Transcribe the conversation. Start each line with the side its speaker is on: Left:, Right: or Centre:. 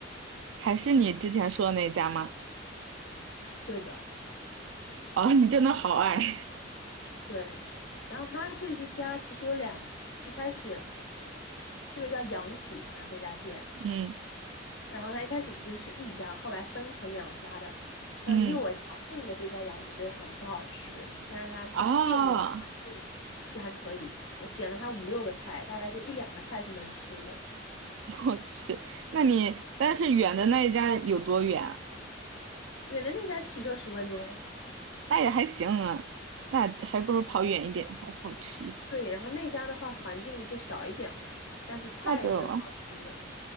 Right: 还是你之前说的那家吗？
Left: 对的。
Right: 哦，<laughs> 你真的好爱，<laughs>
Left: 对，然后他这一家其实有两，一开始这个叫杨子嘛，这家店，
Right: 嗯
Left: 然后他一开始其实是一家，后来分成两家的，然后离我家近的这家杨子就很不好吃，
Right: 嗯，
Left: 但是他店里面环境就还可以，
Right: 啊，
Left: 我点了他五六个菜，大概就一两个菜是能吃的，
Right: <laughs> 我去，那你但是远的那一家有多远啊
Left: 远的那家骑车十分钟，
Right: 那也还行啊，那还不如跑远一点，还好吃一点。
Left: 对，然后那家的话环境就小一点嘛，但是菜是好吃的，
Right: 那就